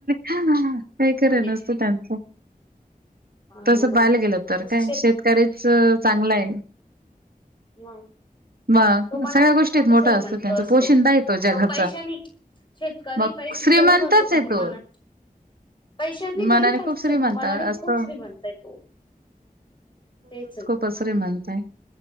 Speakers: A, on the right; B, on the left.
A: पाय कि
B: आणि
A: रन नसतो त्यांचां
B: आणि
A: तसं
B: मग
A: पायल गेलं तर
B: तस
A: काय शेतकरीच चांगला आहे
B: ह
A: मग
B: तो मनाने
A: सगळ्या
B: खूप
A: गोष्टीत
B: मोठा श्रीमंत
A: त्यांचा
B: असतो
A: पोशिंदा आहे जगाचा.
B: तो पैशानी शेतकरी
A: मग
B: पैशनी
A: श्रीमंतच
B: गरीब असतो पण
A: आहे तो
B: मनात पैशांनी घरीब
A: मनाने खूप
B: असते
A: श्रीमंत
B: मग मनाने
A: असतो.
B: खूप श्री म्हणचा आहे तो ते
A: पसरे म्हणताय